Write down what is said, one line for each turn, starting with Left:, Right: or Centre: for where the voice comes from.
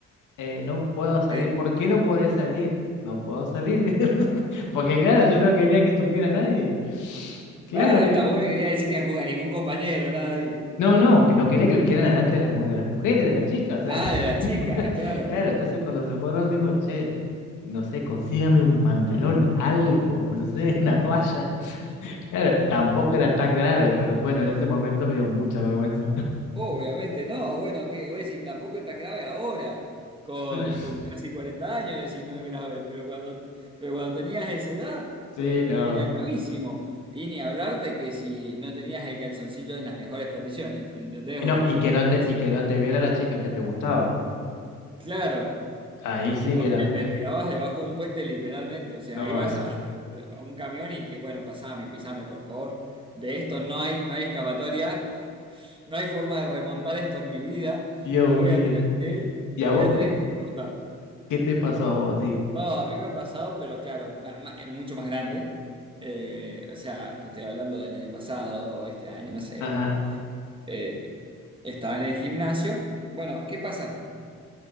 Left: "Eh, no puedo salir.
Right: Eh,
Left: ¿Por qué no podés salir? No puedo salir. <laughs> le Porque claro, yo no quería que supiera nadie. Claro,
Right: ah, tampoco le quería decir ni a, ningún a ningún compañero, nada ahí.
Left: No, no, que no quería que lo hicieran adelante de las, mu- de las mujeres, de las chicas, o
Right: Ah,
Left: sea,
Right: de las
Left: <laughs>
Right: chicas, claro.
Left: claro, entonces cuando se fueron digo, che, no sé, consígame un pantalón, algo, no sé, una toalla. <laughs> Claro, tampoco era tan grave, pero bueno, en ese momento me dio mucha vergüenza.
Right: Obviamente no, bueno, que vos decís, tampoco es tan grave ahora, con,
Left: <laughs>
Right: con casi 40 años decís no es grave, pero cuando, pero cuando tenías esa edad
Left: Sí,
Right: eh,
Left: no.
Right: era gravísimo. Y ni hablar de que si no tenías el calzoncillo en las mejores condiciones, ¿me entendés?
Left: Y
Right: O
Left: no,
Right: el,
Left: y
Right: o
Left: que
Right: el
Left: no
Right: boxer.
Left: te, y que no te viera la chica que te gustaba.
Right: Claro,
Left: Ahí sí
Right: porque
Left: que era fe-
Right: te tirabas debajo de un puente literalmente, o sea,
Left: No,
Right: ibas
Left: eso.
Right: a, a un camión y que, bueno, pasame, pisame, por favor. De esto no hay, no hay escapatoria No hay forma de remontar esto en mi vida.
Left: Dios
Right: Me voy
Left: mío.
Right: a tener que,
Left: ¿Y
Right: la
Left: a
Right: voy
Left: vos
Right: a tener
Left: qué,
Right: que cortar.
Left: qué te pasó a vos así?
Right: No, a mí me ha pasado, pero claro, ma- ma- mucho más grande. Eh, o sea, te estoy hablando del año pasado, este año, no sé.
Left: Ajá.
Right: Eh, estaba en el gimnasio. Bueno, ¿qué pasa?